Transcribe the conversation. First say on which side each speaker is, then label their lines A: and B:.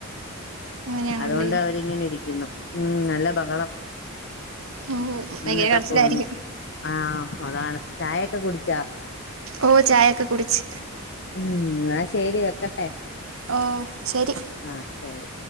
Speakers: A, on the right; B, on the left.
A: അങ്ങനെയാണല്ലേ
B: അതുകൊണ്ട് അവരിങ്ങനെ ഇരിക്കുന്നു. ഉം നല്ല ബഹളം
A: ഓ ഭയങ്കര
B: മോനൊക്കെ
A: കരച്ചിലായിരിക്കും
B: പോന്നു. ആഹ് അതാണ് ചായയൊക്കെ കുടിച്ചോ?
A: ഓഹ് ചായയൊക്കെ കുടിച്ച്.
B: ഉം എന്നാ ശെരി വെക്കട്ടെ.
A: ഓ ശെരി.
B: ആഹ് ശെരി.